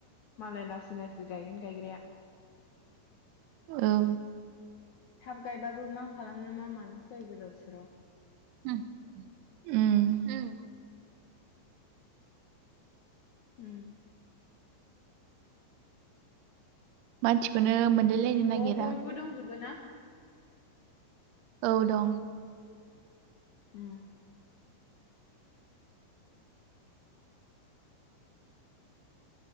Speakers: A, on the left (about 70°); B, on the right (about 75°).
A: मालाय लासै लासै गायगोन गायग्राया
B: औ
A: थाब गायबाबो मा खालामनो मा मानोसो जायो गोदाव सोराव
B: ओम ओम ओम
A: उम
B: मानसिखौनो मोनलाय लायनो
A: न'आव
B: नागिरा
A: बयबो दंजोबो ना
B: औ दं
A: उम